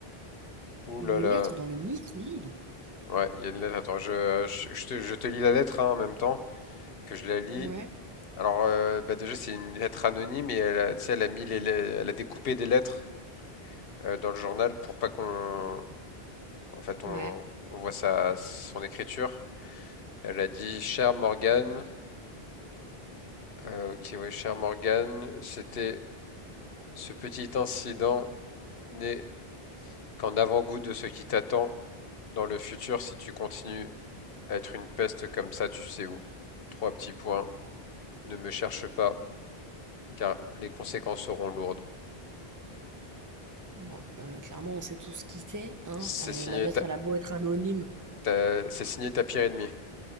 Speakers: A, on the left; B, on the right.
A: Ouh
B: Une
A: là là.
B: lettre dans le micro-ondes?
A: Ouais, il y a une lettre. Attends, je, je, je te, je te lis la lettre hein, en même temps que je la lis.
B: Ouais,
A: Alors, euh, bah déjà, c'est une lettre anonyme et elle, a- tu sais, elle a mis les, les- elle a découpé des lettres euh, dans le journal pour pas qu'on, en fait, on,
B: ouais.
A: on voit sa, son écriture. Elle a dit, cher Morgan, euh, ok, ouais, cher Morgan, c'était ce petit incident n'est qu'en avant-goût de ce qui t'attend dans le futur si tu continues à être une peste comme ça, tu sais où. Trois petits points. Ne me cherche pas. car les conséquences seront lourdes.
B: Bon, euh, clairement, on sait tous qui c'est, hein.
A: C'est
B: Euh,
A: signé,
B: la lettre,
A: ta-
B: elle a beau être anonyme.
A: ta- c'est signé Tapir et demi.